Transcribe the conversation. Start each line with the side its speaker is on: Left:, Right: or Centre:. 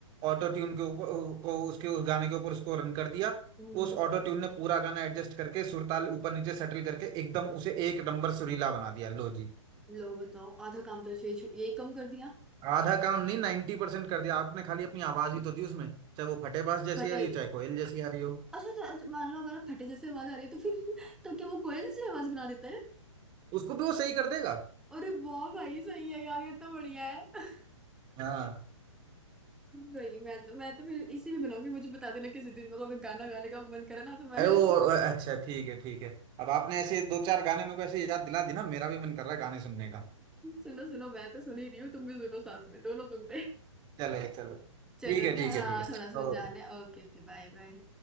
Right: ऑटो ट्यून के ऊपर को उसके उस गाने के ऊपर उसको रन कर दिया
Centre: हम्म
Right: उस ऑटो ट्यून ने पूरा गाना एडजस्ट करके सुरताल ऊपर नीचे सेटल करके एकदम उसे एक नंबर सुरीला बना दिया लो जी
Centre: लो बताओ आधा काम तो ये- यही कम कर दिया
Right: आधा काम नहीं नाइन्टी परसेंट कर दिया आपने खाली अपनी आवाज ही तो दी उसमें चाहे वो फटेबाज जैसी
Centre: फटे
Right: आ रही हो चाहे कोयल जैसी आ रही हो
Centre: अच्छा अच्छा अच्छा, मान लो अगर फटे जैसे आवाज आ रही है तो फिर <laughs> तो क्या वो कोयल जैसी आवाज बना देता है
Right: उसको भी वो सही कर देगा
Centre: अरे वाह भाई सही है यार ये तो बढ़िया है <laughs>
Right: हाँ
Centre: भाई मैं तो मैं तो फिर इसी में बनाऊंगी मुझे बता देना किसी दिन मेरे को अगर गाना गाने का मन करे ना तो मैं
Right: अरे
Centre: <laughs>
Right: वो अच्छा ठीक है ठीक है अब आपने ऐसे दो चार गाने मेरे को ऐसे याद दिला दी ना मेरा भी मन कर रहा है गाने सुनने का
Centre: सुनो सुनो मैं तो सुन ही रही हूँ तुम भी सुनो साथ में दोनों सुनते हैं।
Right: चले चलो ठीक
Centre: चलो
Right: है
Centre: ना
Right: ठीक
Centre: हाँ
Right: है ठीक है
Centre: थोड़ा सुन जाना
Right: ओके
Centre: है Okay okay bye bye